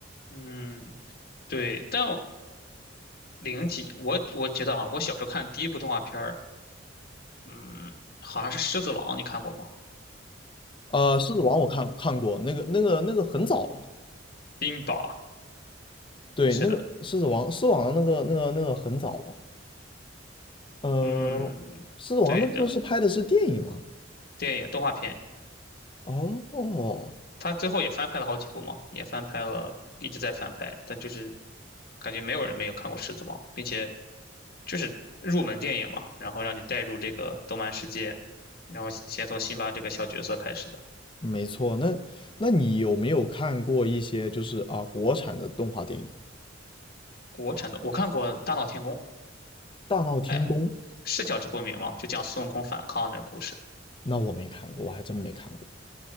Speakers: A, on the left; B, on the left.
A: 嗯，对，但零几，我我觉得啊，我小时候看第一部动画片儿。嗯，好像是《狮子王》，你看过吗？
B: 呃，《狮子王》我看看过，那个那个那个很早了，
A: 冰雹，
B: 对，
A: 是的，
B: 那个《狮子王》《狮子王》那个那个那个很早了，呃，
A: 嗯，
B: 《狮子王》那时候是拍的是电影吗？
A: 对的，电影动画片，
B: 哦，
A: 它最后也翻拍了好几部嘛，也翻拍了，一直在翻拍，但就是感觉没有人没有看过《狮子王》，并且就是入门电影嘛，然后让你带入这个动漫世界，然后先从辛巴这个小角色开始的。
B: 没错，那那你有没有看过一些就是啊、国产的动画电影？
A: 国产的我看过《大闹天宫》，
B: 大闹天宫》，
A: 哎，是叫《直播名》吗？就讲孙悟空反抗那个故事，
B: 那我没看过，我还真没看过。